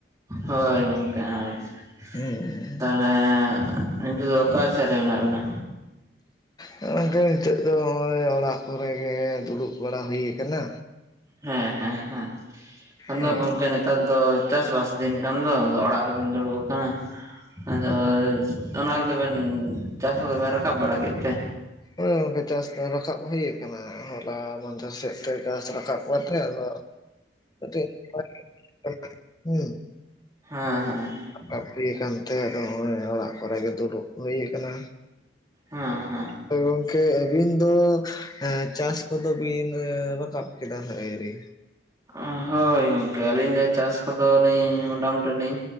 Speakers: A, on the right; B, on the left.
A: ᱦᱳᱭ ᱜᱚᱝᱠᱮ ᱟᱪᱪᱷᱟ᱾
B: ᱮᱸ᱾
A: ᱛᱟᱦᱚᱞᱮ ᱱᱤᱛᱚᱜ ᱫᱚ ᱚᱠᱟ ᱥᱮᱫ ᱨᱮ ᱢᱮᱱᱟᱜ ᱵᱤᱱᱟ?
B: ᱮᱸ ᱜᱚᱝᱠᱮ ᱦᱤᱛᱚᱜ ᱫᱚ ᱦᱚᱸᱜᱼᱚᱭ ᱚᱲᱟᱜ ᱠᱚᱨᱮ ᱜᱮ ᱫᱩᱲᱩᱵ ᱵᱟᱲᱟ ᱦᱩᱭ ᱠᱟᱱᱟ᱾
A: ᱦᱮᱸ ᱦᱮᱸ ᱦᱮᱸ, ᱟᱫᱚ
B: ᱦᱳᱭ
A: ᱜᱚᱝᱠᱮ ᱱᱤ ᱛᱟᱨ ᱫᱚ ᱪᱟᱥᱵᱥ ᱫᱤᱱ ᱠᱟᱱ ᱫᱚ ᱟᱫᱚ ᱚᱲᱟᱜ ᱨᱮᱵᱮᱱ ᱫᱩᱲᱩᱵ ᱟᱠᱟᱱᱟ, ᱟᱫᱚ ᱚᱱᱟ ᱠᱚᱫᱚ ᱵᱮᱱ ᱪᱟᱥ ᱠᱚᱫᱚ ᱵᱮᱱ ᱨᱟᱠᱟᱵ ᱵᱟᱲᱟ ᱠᱮᱫ ᱛᱮ?
B: ᱦᱳᱭ ᱜᱚᱝᱠᱮ ᱪᱟᱥ ᱨᱟᱠᱟᱵ ᱦᱩᱭ ᱟᱠᱟᱱᱟ ᱦᱚᱨ <unintelligible> ᱜᱷᱟᱥ ᱨᱟᱠᱟᱵ ᱠᱟᱛᱮ ᱟᱫᱚ <inaudible> ᱦᱩᱸ
A: ᱦᱮᱸ ᱦᱮᱸ ᱦᱮᱸ᱾
B: ᱵᱟᱲᱛᱤ ᱟᱠᱟᱱ ᱛᱮ ᱟᱫᱚ ᱦᱚᱸᱜᱼᱚᱭ ᱚᱲᱟᱜ ᱠᱚᱨᱮ ᱜᱮ ᱫᱩᱲᱩᱵ ᱦᱩᱭ ᱟᱠᱟᱱᱟ᱾
A: ᱦᱮᱸ ᱦᱮᱸ
B: ᱦᱳᱭ ᱜᱚᱝᱠᱮ ᱟᱵᱤᱱ ᱫᱚ ᱦᱮᱸ ᱪᱟᱥ ᱠᱚᱫᱚ ᱵᱤᱱ ᱨᱟᱠᱟᱵ ᱠᱮᱫᱟ ᱦᱟᱸᱜ ᱟᱭᱨᱤ?
A: ᱟ ᱦᱳᱭ ᱜᱚᱝᱠᱮ ᱟᱹᱞᱤᱧ ᱫᱚ ᱪᱟᱥ ᱠᱚᱫᱚ ᱞᱤᱧ ᱢᱚᱴᱟᱢᱩᱴᱤ ᱞᱤᱧ